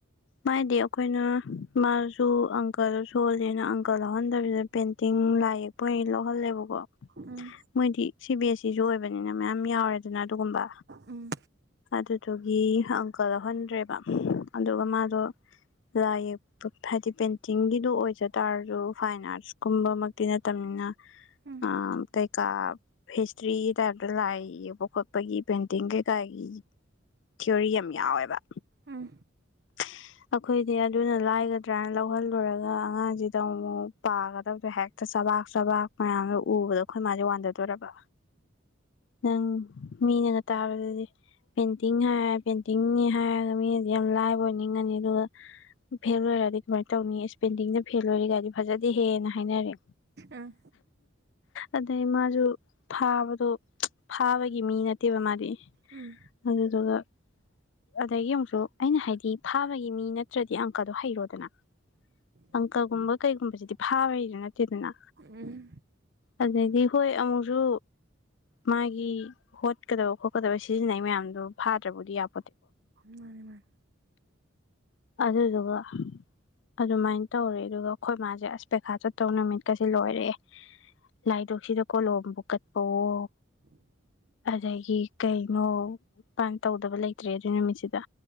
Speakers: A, on the left; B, on the right.
A: ꯃꯥꯗꯤ ꯑꯩꯈꯣꯏꯅ ꯃꯥꯁꯨ ꯑꯪꯀꯜ ꯁꯣꯜꯂꯤꯅ ꯑꯪꯀꯜ ꯌꯥꯎꯍꯟꯗꯕꯤꯗ ꯄꯦꯟꯇꯤꯡ ꯂꯥꯏ ꯌꯦꯛꯄ ꯑꯣꯏꯅ ꯂꯧꯍꯜꯂꯦꯕꯀꯣ
B: ꯎꯝ
A: ꯃꯣꯏꯗꯤ ꯁꯤ ꯕꯤ ꯑꯦꯁ ꯏꯁꯨ ꯑꯣꯏꯕꯅꯤꯅ ꯃꯌꯥꯝ ꯌꯥꯎꯔꯦ ꯑꯗꯨꯅ ꯑꯗꯨꯒꯨꯝꯕ
B: ꯎꯝ
A: ꯑꯗꯨꯗꯨꯒꯤ ꯑꯪꯀꯜ ꯂꯧꯎꯍꯟꯗ꯭ꯔꯦꯕ ꯑꯗꯨꯒ ꯃꯥ ꯑꯗꯣ ꯂꯥꯏ ꯌꯦꯛꯄ ꯍꯥꯏꯗꯤ ꯄꯦꯟꯇꯤꯡꯒꯤꯗꯣ ꯑꯣꯏꯖ ꯇꯥꯔꯁꯨ ꯐꯥꯏꯟ ꯑꯥꯔꯠ ꯀꯨꯝꯕꯃꯛꯇꯤ ꯅꯠꯇꯅꯤꯅ
B: ꯎꯝ
A: ꯎ ꯀꯩꯀꯥ ꯍꯤꯁꯇ꯭ꯔꯤ ꯇꯥꯏꯞꯇ ꯂꯥꯏ ꯌꯦꯕ ꯈꯣꯠꯄꯒꯤ ꯄꯦꯟꯇꯤꯡ ꯀꯩꯀꯥꯒꯤ ꯊꯤꯑꯣꯔꯤ ꯌꯥꯝ ꯌꯥꯎꯋꯦꯕ
B: ꯎꯝ
A: <inaudible> ꯑꯩꯈꯣꯏꯗꯤ ꯑꯗꯨꯅ ꯂꯥꯏꯒꯗ꯭ꯔꯅ ꯂꯧꯍꯜꯂꯨꯔꯒ ꯑꯉꯥꯡꯁꯤꯗ ꯑꯃꯨꯛ ꯄꯥꯒꯗꯕꯗꯣ ꯍꯦꯛꯇ ꯆ ꯆꯕꯥꯛ ꯆꯕꯥꯛ ꯃꯌꯥꯝꯒꯣ ꯎꯕꯗꯣ ꯑꯩꯈꯣꯏ ꯃꯥꯁꯦ ꯋꯥꯟꯊꯗꯣꯏꯔꯕ ꯅꯪ ꯃꯤꯅꯅ ꯇꯥꯕꯗꯗꯤ ꯄꯦꯟꯇꯤꯡ ꯍꯥꯏꯔ ꯄꯦꯟꯇꯤꯡꯅꯤ ꯍꯥꯏꯔꯒ ꯃꯤꯁ ꯌꯥꯝ ꯂꯥꯏꯕ ꯑꯣꯏꯅ ꯉꯅꯤ ꯑꯗꯨꯒ ꯐ ꯑꯣꯏꯔꯗꯤꯃꯥꯏ ꯇꯧꯅꯤ ꯄꯦꯟꯗꯤꯡꯅ ꯐꯦꯜ ꯑꯣꯏꯔꯤꯒꯥꯏꯗꯤ ꯐꯖꯗꯤ ꯍꯦꯅ ꯍꯥꯏꯅꯔꯦ
B: ꯎꯝ
A: ꯑꯗꯩ ꯃꯥꯁꯨ ꯐꯥꯕꯗꯣ ꯐꯥꯕ ꯒꯤ ꯃꯤ ꯅꯠꯇꯦꯕ ꯃꯥꯗꯤ
B: ꯎꯝ
A: ꯑꯗꯨꯗꯨꯒ ꯑꯗꯒꯤ ꯑꯃꯨꯛꯁꯨ ꯑꯩꯅ ꯍꯥꯏꯗꯤ ꯊꯥꯕꯒꯤ ꯃꯤ ꯅꯠꯇ꯭ꯔꯗꯤ ꯑꯪꯀꯗꯣ ꯍꯩꯔꯣꯗꯅ ꯄꯪꯀꯒꯨꯝꯕ ꯀꯩꯒꯨꯝꯕꯁꯤꯗꯤ ꯐꯥꯕꯩꯗꯨꯣ ꯅꯠꯇꯦꯗꯅ
B: ꯎꯝ
A: ꯑꯗꯒꯤ ꯍꯣꯏ ꯑꯃꯨꯛꯁꯨ ꯃꯥꯒꯤ ꯍꯣꯠꯀꯗꯕ ꯈꯣꯠꯀꯗꯕ ꯁꯤꯖꯤꯟꯅꯩ ꯃꯌꯥꯝꯗꯣ ꯐꯥꯗ꯭ꯔꯕꯨꯗꯤ ꯌꯥ
B: ꯃꯥꯅꯦ ꯃꯥꯅꯦ
A: ꯑꯗꯨꯗꯨꯒ ꯑꯗꯨꯃꯥꯏꯅ ꯇꯧꯔꯦ ꯑꯗꯨꯒ ꯑꯩꯈꯣꯏ ꯃꯥꯁꯦ ꯑꯁꯄꯦꯈꯥ ꯆꯠ ꯇꯧ ꯅꯨꯃꯤꯠꯀꯁꯦ ꯂꯣꯏꯔꯛꯑꯦ ꯂꯥꯏꯗꯣꯛꯁꯤꯗ ꯀꯣꯂꯣꯝꯕꯨ ꯀꯠꯄꯋ ꯑꯗꯒꯤ ꯀꯩꯅꯣ ꯇꯧꯗꯕ ꯂꯩꯇ꯭ꯔꯦ ꯑꯗꯨꯏ ꯅꯨꯃꯤꯠꯁꯤꯗ